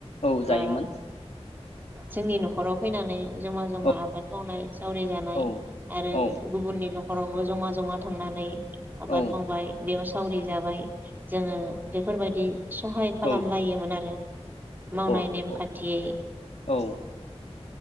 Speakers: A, on the left (about 75°); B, on the right (about 15°).
A: औ
B: बा
A: जायोमोन।
B: जोंनि नख'राव फैनानै जमा जमा
A: औ
B: आबाद मावनाय सावरि जानाय
A: औ
B: आरो
A: औ
B: गुबुननि नखरावबो जमा जमा थांनानै आबाद
A: औ
B: मावबाय बेयाव सावरि जाबाय। जोङो बेफोरबायदि सहाय खालामलायोमोन
A: औ
B: आरो मावनाय
A: औ
B: नेमखान्थियै
A: औ औ